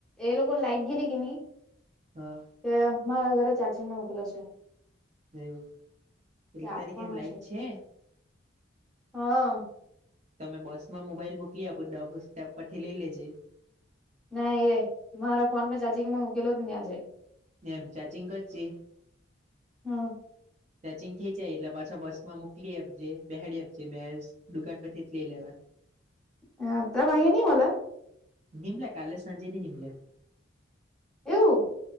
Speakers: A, in the centre; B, on the right.
A: એ લોકોની લાઈટ ગેલી કે ની
B: હા
A: તે મારા ઘરે ચાર્જિંગમાં મોકેલો છે.
B: હવું પેલી
A: તે આપવાનો
B: તારી ઘરે લાઈટ છે?
A: હા
B: તમે બસમાં મોબાઈલ મોકલી આપો ડબ સ્ટેપ પરથી લઈ લેજે
A: ના એ મારા ફોન મેં ચાર્જિંગમાં મોકેલો જ ની આજે.
B: એમ ચાચિગ કરજે.
A: હા
B: ચાચિંગ થઇ જાય એટલે પાછો બસમાં મોકલી આપજે બેહાળી આપજે મે દુકાન પરથી ત લઇ લેવા.
A: હા તમારે અઈ ની મલે?
B: નિમ્લે કાલે સાંજેની નિ મલે
A: એવું